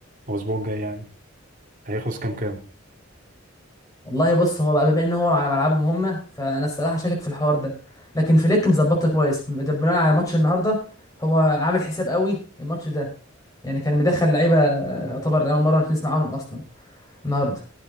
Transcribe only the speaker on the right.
او الاسبوع الجاي يعني هيخلص كام كام